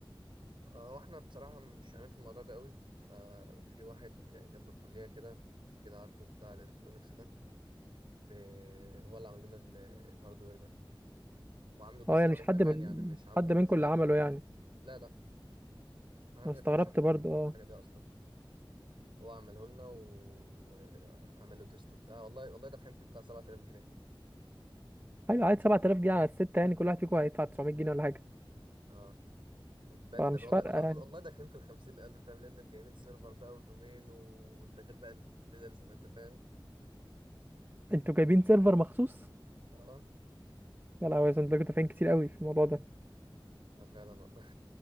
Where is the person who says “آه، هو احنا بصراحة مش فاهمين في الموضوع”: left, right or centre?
Right